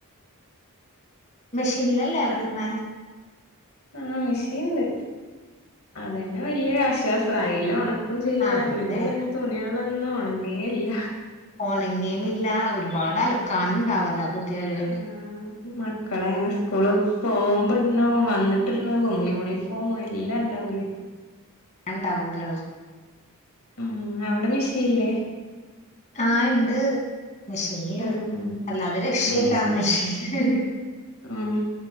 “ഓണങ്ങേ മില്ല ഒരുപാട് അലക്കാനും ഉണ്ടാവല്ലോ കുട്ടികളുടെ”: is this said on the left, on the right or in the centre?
Left